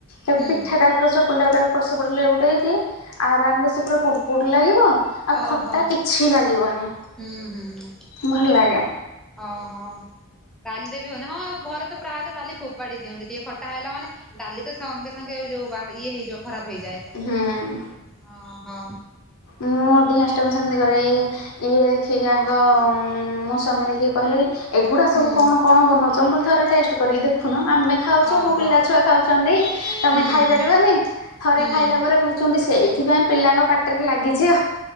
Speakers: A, on the left; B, in the centre.
A: ତାକୁ
B: ହୁଁ
A: ପିଠା ଟା <unintelligible> ଏପଟ ସେପଟ ଲେଉଟେଇକି ଆରାମରେ ପୁରା କୁଡ଼କୁଡ ଲାଗିବ, ଆଉ
B: ଓହୋ
A: ଖଟା କିଛି ଲାଗିବନି
B: ହୁଁ ହୁଁ।
A: ଭଲ ଲାଗେ।
B: ଓହୋ ଡାଲିରେ ବି ହଉନି, ହଁ ଘରେ ତ ପ୍ରାୟତଃ ଡାଲି ଫୋପାଡି ଦିଅନ୍ତି ଟିକେ ଖଟା ହେଲା ମାନେ ଡାଲି ତ ସଙ୍ଗେ ସଙ୍ଗେ ଯୋଉ ଇଏ ହେଇଯିବ, ଖରାପ ହେଇଯାଏ,
A: ହୁଁ।
B: ହଁ ହଁ
A: ମୁଁ ଅଧିକାଂଶ ସେମିତି କରେ ଏଇ ସେ ଯାକ ଆଗ, ମୋ ସ୍ଵାମୀ ନେଇକି କହିଲେ ଏଗୁଡ଼ା
B: ହୁଁ
A: ସବୁ କଣ କଣ ବନଉଛ ମୁଁ କହିଲି ଥରେ ଟେଷ୍ଟ କରିକି ଦେଖୁନ ଆମେ- ଖାଉଛୁ
B: ଓହୋ
A: ମୋ ପିଲା ଛୁଆ ଖାଉଛନ୍ତି ତମେ
B: ହୁଁ
A: ଖାଇ
B: ହୁଁ
A: ପାରିବନି ଥରେ
B: ହୁଁ
A: ଖାଇଲା ପରେ କହୁ- ଛନ୍ତି ସେଇଥିପାଇଁ ପିଲାଙ୍କ ପାଟିରେ ଲାଗିଛି ଆଉ